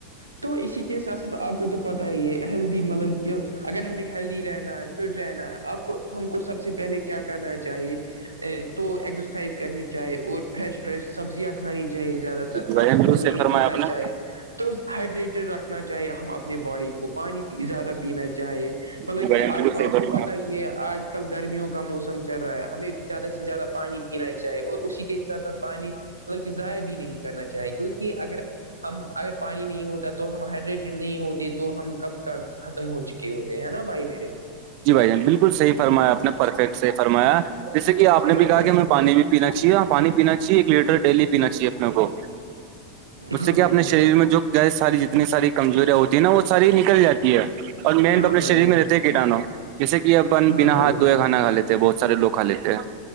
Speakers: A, on the right (about 80°); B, on the right (about 45°).
A: تو اسی کے ساتھ ساتھ آپ کو تو پتہ یہ ہیلدی مطلب کہ اگر ہمیں ہیلدی رہنا ہے فٹ رہنا ہے آپ کو ہم کو سب سے پہلے کیا کرنا چاہیے تو ایکسرسائز کرنی چاہے اور فریش فریش سبزیاں کھانی چاہیے زیادہ تر
B: جی بھائی
A: فاسٹ
B: بالکل
A: فوڈ
B: صحیح
A: نہیں
B: فرمایا
A: کھانا
B: آپ
A: چاہے
B: نے
A: تو ہائڈریٹڈ رکھنا چاہیے ہم اپنے باڈی کو پانی زیادہ پینا چاہیے مطلب
B: جی بھائی
A: کہ
B: بالکل
A: آج تو
B: صحیح
A: آپ
B: فرمایا
A: کو پتا ہی یہ آج کل گرمیوں کا موسم چل رہا ہے ہمیں زیادہ سے زیادہ پانی پینا چاہیے اور اسی کے ساتھ ساتھ پانی مطلب کہ ضائع بھی نہیں کرنا چاہیں کیونکہ اگر ہم اگر پانی نہیں ہوتا تو ہم ہائڈریٹڈ نہیں ہوتے تو ہم کب کا ختم ہو چکے ہوتے ہیں ہے نا بھائی میرے
B: جی بھائی جان بالکل صح فرمایا آپ پرفیکٹ صحی فرمایا جیسے کہ آپ نے
A: ہاں
B: بھی کہا
A: بھائی
B: کہ
A: جان
B: میں پانی بھی پینا چاہیے اور پانی پینا چاہیے ایک لیٹر ڈیلی پینا چاہیے اپنے کو اس
A: ہاں
B: سے کیا
A: بھائی
B: اپنے
A: جان
B: شریر میں جو ساری جتنی ساری کمزوریاں ہوتی ہیں نا وہ ساری نکل جاتی یہ اور مین تو
A: ہاں
B: اپنے
A: بھائی
B: شریر
A: جان
B: میں رہتے ہے کیٹاانو <inaudible> جیسے کہ اپن
A: ہاں
B: بنا
A: بھائی
B: ہاتھ
A: جان
B: دھوئے کھا کھا لیتے ہیں بہت سارے لو کھا لیتے ہیں